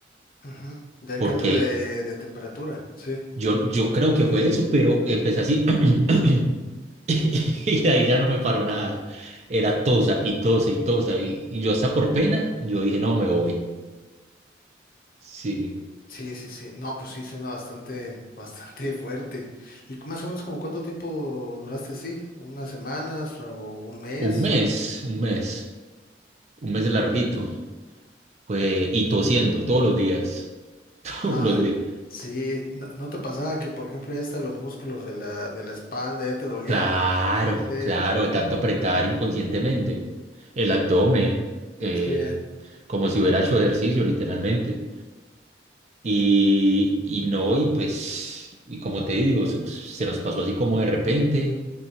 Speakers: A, on the left; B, on the right.
A: Ujú, Del
B: porque
A: cambio de, de temperatura, sí.
B: yo, yo creo que fue eso, pero empecé así <clears throat> y de ahí ya no me paró nada. Era tosa y tosa y tosa y, y yo hasta por pena, yo dije, no, me voy. Sí,
A: Sí, sí, sí. No, pues sí, suena bastante, <laughs> bastante fuerte. ¿Y más o menos como cuánto tiempo duraste así? ¿Unas semanas o un mes?
B: un mes, un mes, un mes larguito. Pues, y tosiendo todos los días. <laughs>
A: Nada.
B: Todos los días.
A: Sí, no, ¿no te pasaba que, por ejemplo, ya hasta los músculos de la, de la espalda ya te dolían?
B: Claro,
A: Sí,
B: claro, de tanto apretar inconscientemente el abdomen, eh,
A: sí.
B: como si hubiera hecho ejercicio, literalmente. Y, y no, y pues, y como te digo, se, se nos pasó así como de repente.